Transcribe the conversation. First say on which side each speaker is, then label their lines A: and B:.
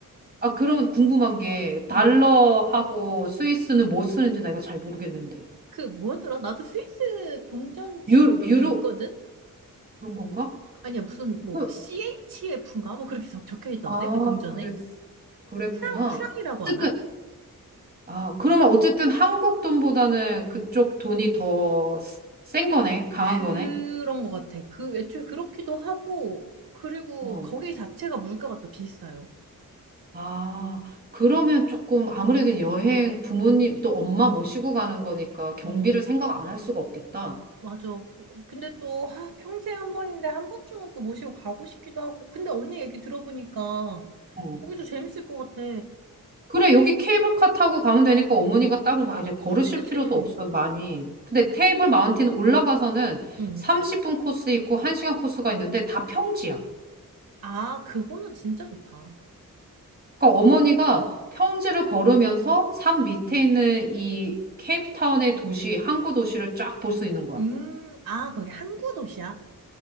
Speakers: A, on the right; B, on the right.
A: 아, 그러면 궁금한 게, 달러하고
B: 응.
A: 스위스는 뭐 쓰는지 나이가잘 모르겠는데.
B: 그 뭐였더라? 나도 스위스 동전 집에
A: 유,
B: 뭐 몇개
A: 유로?
B: 있거든?
A: 그런 건가?
B: 아니야, 무슨
A: 그-
B: 뭐 CHF인가? 뭐 그렇게 적, 적혀 있던데
A: 아,
B: 그 동전에?
A: 그랬, 그랬구나.
B: 프랑 프랑이라고
A: 어쨌든
B: 하나?
A: 아, 그러면 어쨌든 한국 돈보다는 그쪽 돈이 더 센 거네, 강한
B: 그런
A: 거네.
B: 것 같아. 그 애초에 그렇기도 하고 그리고
A: 어.
B: 거기 자체가 물가가 또 비싸요.
A: 아, 그러면 조금 아무래도 여행 부모님 또 엄마 모시고 가는 거니까 경비를
B: 음.
A: 생각 안 할 수가 없겠다.
B: 맞아. 그- 근데 또 아, 평생 한 번인데 한 번쯤은 또 모시고 가고 싶기도 하고. 근데 언니 얘기 들어보니까
A: 어.
B: 거기도 재밌을 것 같아.
A: 그래, 여기 케이블카 타고 가면 되니까 어머니가 따로 막 이제 걸으실
B: 그치, 그치.
A: 필요도 없어, 많이. 근데 테이블 마운틴 올라가서는
B: 응.
A: 30분 코스 있고 1시간 코스가 있는데 다 평지야.
B: 아, 그거는 진짜 좋다.
A: 그러니까 어머니가 평지를 걸으면서 산 밑에 있는 이 케이프타운의 도시, 항구 도시를 쫙 볼 수 있는 거야.
B: 음, 아, 거기 항구 도시야?